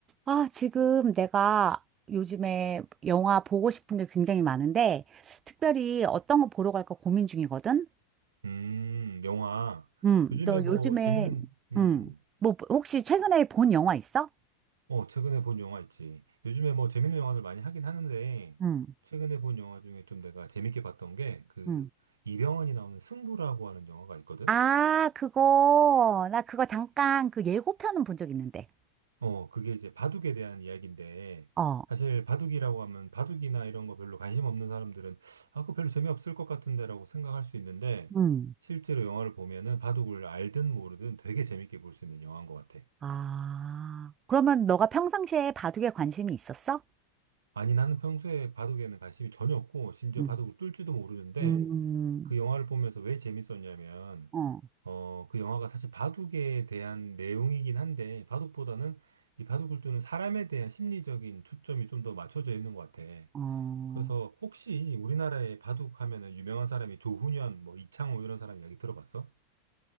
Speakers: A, on the right (about 30°); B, on the right (about 80°).
A: 아, 지금 내가 요즘에 영화 보고 싶은 게 굉장히 많은데, 특별히 어떤 거 보러 갈까 고민 중이거든?
B: 음, 영화.
A: 음,
B: 요즘에
A: 너
B: 뭐
A: 요즘에,
B: 재밌는, 음,
A: 음, 뭐, 혹시 최근에 본 영화 있어?
B: 어, 최근에 본 영화 있지. 요즘에 뭐 재밌는 영화들 많이 하긴 하는데,
A: 음,
B: 최근에 본 영화 중에 좀 내가 재밌게 봤던 게, 그,
A: 음.
B: 이병헌이 나오는 승부라고 하는 영화가 있거든?
A: 아, 그거, 나 그거 잠깐 그 예고편은 본 적 있는데.
B: 어, 그게 이제 바둑에 대한 이야기인데,
A: 어,
B: 사실 바둑이라고 하면 바둑이나 이런 거 별로 관심 없는 사람들은, 아, 그거 별로 재미없을 것 같은데라고 생각할 수 있는데,
A: 음.
B: 실제로 영화를 보면은 바둑을 알든 모르든 되게 재밌게 볼 수 있는 영화인 것 같아.
A: 아, 그러면 너가 평상시에 바둑에 관심이 있었어?
B: 아니, 나는 평소에 바둑에는 관심이 전혀 없고, 심지어
A: 음,
B: 바둑을 뚫 줄도 모르는데,
A: 음,
B: 그 영화를 보면서 왜 재밌었냐면,
A: 어,
B: 어, 그 영화가 사실 바둑에 대한 내용이긴 한데, 바둑보다는 이 바둑을 두는 사람에 대한 심리적인 초점이 좀 더 맞춰져 있는 것 같아.
A: 어,
B: 그래서 혹시 우리나라에 바둑 하면은 유명한 사람이 조훈현, 뭐 이창호 이런 사람 이야기 들어봤어?